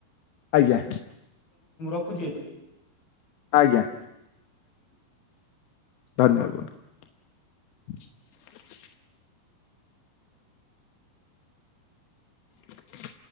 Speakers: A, on the left; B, on the left.
A: ଆଜ୍ଞା।
B: ରଖୁଚି ଏବେ।
A: ଆଜ୍ଞା।
B: <inaudible>
A: ଧନ୍ୟବାଦ୍ ବନ୍ଧୁ। <inaudible>